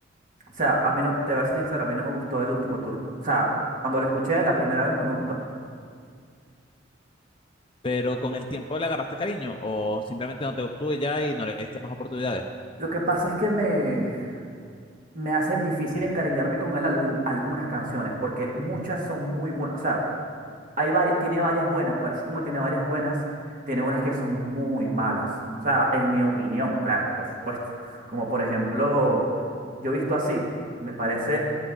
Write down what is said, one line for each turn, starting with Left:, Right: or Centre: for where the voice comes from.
Right: o sea, a mí no, te voy a ser sincero, a mí no me gustó el último tour. O sea, cuando lo escuché la primera vez no me gustó.
Left: Pero con el tiempo le agarraste cariño o simplemente no te gustó y ya y no le diste más oportunidades
Right: Lo que pasa es que me, me hacen difícil encariñarme con el álbum algunas canciones, porque muchas son muy buenas, o sea, Hay varias, tiene varias buenas, pero así como tiene varias buenas, tiene unas que son muy malas. O sea, en mi opinión, claro, por supuesto. Como por ejemplo, yo he visto así, me parece